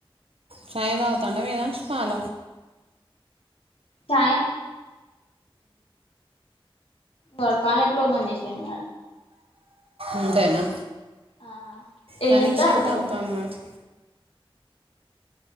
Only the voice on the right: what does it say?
చాయ్ తాగుతాండా వేదాన్ష్ పాల
అంతేనా
తనిక్ష
ఏం
తాగుతాంది మరి